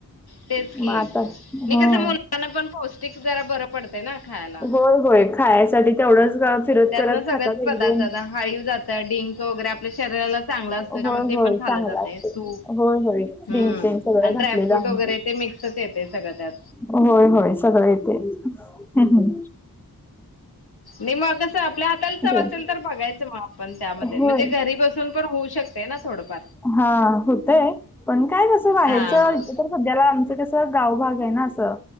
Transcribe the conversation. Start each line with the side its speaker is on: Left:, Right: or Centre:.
Left: तेच की,
Centre: मग आता
Left: हे
Centre: हं.
Left: कसं ना मोजकांना पण पौष्टिक जरा बरं पडतं ना खायला.
Centre: होय होय खायसाठी तेवढंच फिरत
Left: त्यातनं
Centre: करत
Left: सगळंच
Centre: खातात
Left: पदार्थ
Centre: एकदोम.
Left: जातात हाळीव जाताय डिंक वगेरे आपल्या शरीराला चांगला असतंय
Centre: होय,
Left: त्यामुळे ते
Centre: होय.
Left: पण खाल्ल
Centre: चांगलं
Left: जातंय,
Centre: असतंय.
Left: तूप,
Centre: होय, होय.
Left: हम्म,
Centre: डिंक तेन सगळं
Left: आणि
Centre: घातलेलं
Left: ड्रायफ्रूड
Centre: आमचं.
Left: वगेरे ते मिक्सच येत ते सगळं त्यात
Centre: होय होय सगळं येतंय. हहम्.
Left: मी मग कसं आपल्या हाताला चव असेल
Centre: आहे?
Left: तर भघायचं मग आपण त्यामध्ये
Centre: होय.
Left: म्हणजे घरी बसून पण होऊ शक-प दे ना थोड फा
Centre: हा होतंय, पण काय तसं व्हायचं
Left: हा हा.
Centre: इथ पण सध्याला आमचं कसं? गावभागय ना असं.